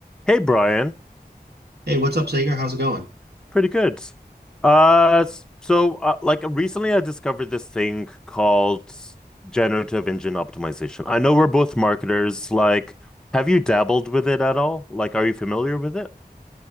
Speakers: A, in the centre; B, on the right (about 75°).
A: Hey Brian,
B: Hey, what's up, Sager? How's it going?
A: pretty good. Uh, s- so uh, like recently I discovered this thing called generative engine optimization. I know we're both marketers. Like, have you dabbled with it at all? Like, are you familiar with it?